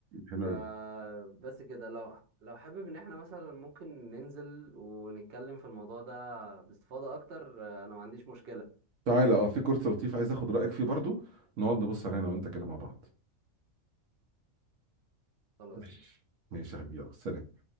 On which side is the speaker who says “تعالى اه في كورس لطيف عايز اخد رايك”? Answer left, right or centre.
Right